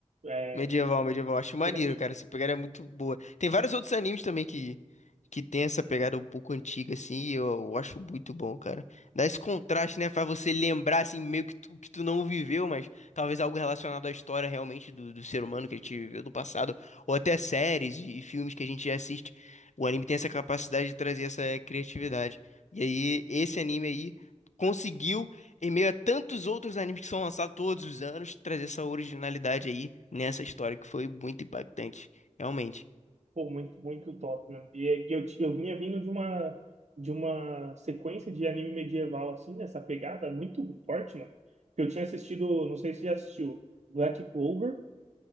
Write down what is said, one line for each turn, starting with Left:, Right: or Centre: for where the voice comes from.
Right: É,
Left: Medieval, medieval. Acho maneiro,
Right: realmente,
Left: cara. Essa pegada é muito boa. Tem vários outros animes também que, que tem essa pegada um pouco antiga, assim, e eu, eu acho muito bom, cara. Dá esse contraste, né? Faz você lembrar, assim, meio que tu, que tu não viveu, mas talvez algo relacionado à história realmente do, do ser humano que a gente viveu do passado, ou até séries e, e filmes que a gente já assiste. O anime tem essa capacidade de trazer essa criatividade. E aí, esse anime aí. Conseguiu em meio a tantos outros animes que são lançados todos os anos, trazer essa originalidade aí nessa história que foi muito impactante, realmente.
Right: pô, muito, muito top, mano. E é- e eu, ti- eu vinha vindo de uma, de uma sequência de anime medieval, assim, nessa pegada muito forte, mano. Que eu tinha assistido, não sei se já assistiu, Black Clover.